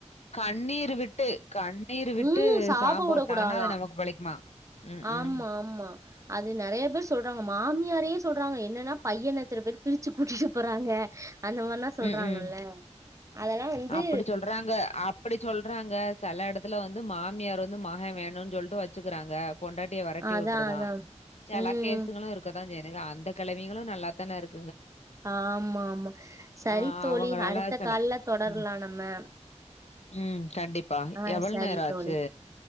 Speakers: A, on the left (about 65°); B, on the right (about 25°).
A: கண்ணீர் விட்டு கண்ணீர் விட்டு
B: ம்
A: சாப
B: வுடக்கூடாதா
A: விட்டாங்கன்னா அது நமக்கு பழிக்குமா உம்
B: ஆமா
A: உம்
B: ஆமா அது நிறைய பேர் சொல்றாங்க மாமியாரே சொல்றாங்க என்ன என்னன்னா பையன் எத்தன பேர் பிரிச்சு கூட்டிட்டு போறாங்க அந்த மாரிலாம் சொல்றாங்கல்ல
A: ம், ம்.
B: அதெல்லாம் வந்து
A: அப்படி சொல்றாங்க அப்படி சொல்றாங்க சில இடத்துல வந்து மாமியார் வந்து மகன் வேணும்ன்னனு சொல்லிட்டு வச்சுக்கிறாங்க பொண்டாட்டிய வரட்டி
B: அதா
A: விட்டுருதான்
B: அதா
A: சலா
B: ம்
A: கேசுங்களும் இருக்க செய்துங்க அந்த கிழவிகளும் நல்லா தானே இருக்
B: ஹ ஆமா ஆமா சரி
A: ஆஹ்
B: தோழி
A: அவங்களாலாச்சல்ல
B: அடுத்த கால்ல தொடரலா
A: உம்
B: நம்ம
A: உம் கண்டிப்பா
B: ஆ
A: எவ்வளவு
B: சரி
A: நேரம் ஆச்சு
B: தோழி